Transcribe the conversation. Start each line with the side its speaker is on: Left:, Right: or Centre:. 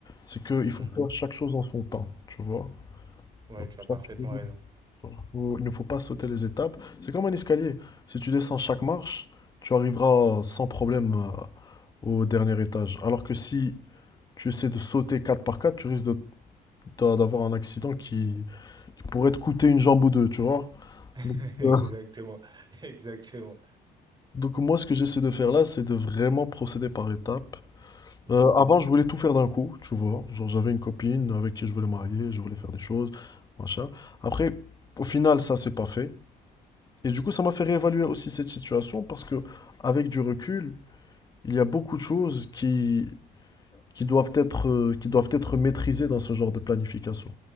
Left: c'est qu'il
Right: Mhm,
Left: faut faire chaque chose en son temps, tu vois.
Right: Ouais,
Left: Genre,
Right: tu as
Left: chaque
Right: parfaitement
Left: chose-
Right: raison.
Left: genre, faut- il ne faut pas sauter les étapes. C'est comme un escalier. Si tu descends chaque marche, tu arriveras sans problème euh, au dernier étage. Alors que si tu essaies de sauter 4 par 4, tu risques de t'as- d'avoir un accident qui, qui pourrait te coûter une jambe ou deux, tu vois.
Right: <laughs>
Left: Donc,
Right: Exactement,
Left: euh,
Right: <laughs> exactement,
Left: donc moi, ce que j'essaie de faire là, c'est de vraiment procéder par étapes.
Right: mhm.
Left: Euh, avant, je voulais tout faire d'un coup, tu vois. Genre, j'avais une copine avec qui je voulais marier, je voulais faire des choses, machin. Après, au final, ça, c'est pas fait. Et du coup, ça m'a fait réévaluer aussi cette situation parce que, avec du recul, il y a beaucoup de choses qui, qui doivent être, euh, qui doivent être maîtrisées dans ce genre de planification.